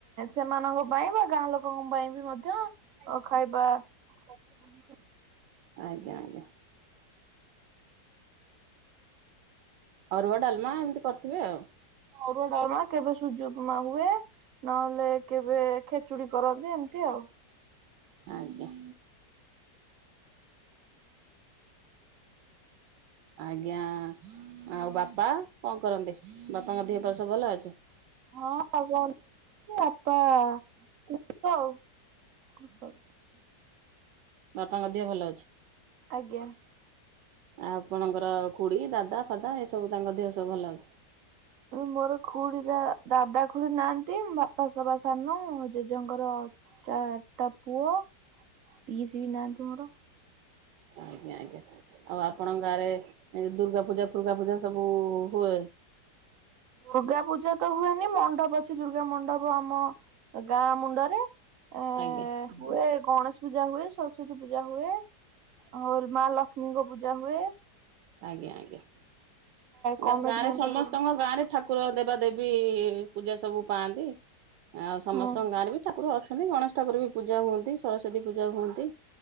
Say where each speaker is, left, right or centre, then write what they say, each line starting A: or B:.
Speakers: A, on the right; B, on the right.
A: ସେମାନଙ୍କ ପାଇଁ ବା ଗାଁ ଲୋକଙ୍କ ପାଇଁ ବି ମଧ୍ୟ ଖାଇବା - <inaudible>
B: ଆଜ୍ଞା ଆଜ୍ଞା। ଅରୁଆ ଡାଲମା ଏମିତି କରିଥିବେ ଆଉ।
A: ଅରୁଆ ଡଲମା କେବେ ସୁୂଜି ଉପମା ହୁଏ ନହେଲେ କେବେ ଖେଚୁଡି କରନ୍ତି ଏମିତି ଆଉ।
B: ଆଜ୍ଞା। ଆଜ୍ଞା ଆଉ ବାପା କଣ କରନ୍ତି ବାପାଙ୍କ ଦେହ ପାହା ସବୁ ଭଲ ଅଛି?
A: ହଁ ଆଉ ବାପା <unintelligible>
B: ବାପାଙ୍କ ଦେହ ଭଲ ଅଛି?
A: ଆଜ୍ଞା।
B: ଆଉ ଆପଣଙ୍କର ଖୁଡି ଦାଦା ଫାଦା ଏସବୁ ତାଙ୍କ ଦେହ ସବୁ ଭଲ ଅଛି?
A: ମୋର ଖୁଡି ଦାଦା ଖୁଡି ନାହାନ୍ତି ବାପା ସେବା ସାନ ମ ଜେଜେଙ୍କର ଚାରିଟା ପୁଅ ପିଷି ବି ନାହାନ୍ତି ମୋର।
B: ଆଜ୍ଞା ଆଜ୍ଞା। ଆଉ ଆପଣଙ୍କ ଗାଁ ରେ ଏ ଦୁର୍ଗା ପୂଜା ଫୁର୍ଗା ପୂଜା ସବୁ ହୁଏ?
A: ଦୁର୍ଗା ପୂଜା ତ ହୁଏନି ମଣ୍ଡପ ଅଛି ଦୁର୍ଗା ମଣ୍ଡପ ଆମ ଗାଁ ମୁଣ୍ଡରେ ଏ
B: ଆଜ୍ଞା।
A: ହୁଏ ଗଣେଶ ପୂଜା ହୁଏ, ସରସ୍ଵତୀ ପୂଜା ହୁଏ, ଆଉ ମା ଲକ୍ଷ୍ମୀଙ୍କ ପୂଜା ହୁଏ।
B: ଆଜ୍ଞା ଆଜ୍ଞା
A: କମିଟି
B: ଆମ ଗାଁରେ
A: ମେମ୍ବର
B: ସମସ୍ତଙ୍କ ଗାଁରେ ଠା ଠାକୁର ଦେବାଦେବୀ ପୂଜା ସବୁ ପାଆନ୍ତି ଆଉ ସମସ୍ତଙ୍କ
A: ହଁ
B: ଗାଁରେ ବି ଠାକୁର ଅଛ ଗଣେଶ ଠାକୁର ବି ପୂଜା ହୁଅନ୍ତି, ସରସ୍ଵତୀ ପୂଜା ହୁଅନ୍ତି,